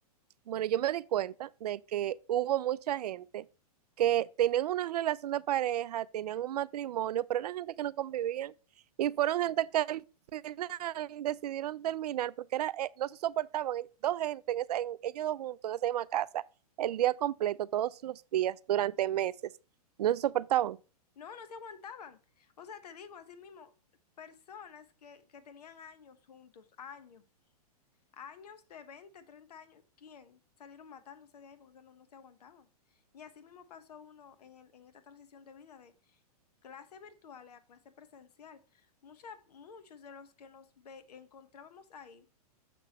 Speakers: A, on the right; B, on the left.
A: Bueno, yo me di cuenta de que hubo mucha gente que tenían una relación de pareja, tenían un matrimonio, pero eran gente que no convivían y fueron gente que al final decidieron terminar porque era, eh, no se soportaban. eh, Dos gente, en esa- en- ellos dos juntos en esa misma casa, el día completo, todos los días, durante meses, no se soportaban.
B: No, no se aguantaban. O sea, te digo, así mismo, personas que, que tenían años juntos, años, años de 20 30 años, ¿quién? Salieron matándose de ahí porque no, no se aguantaban. Y así mismo pasó uno en, el- en esta transición de vida de clase virtual a clase presencial. Mucha- muchos de los que nos ve- encontrábamos ahí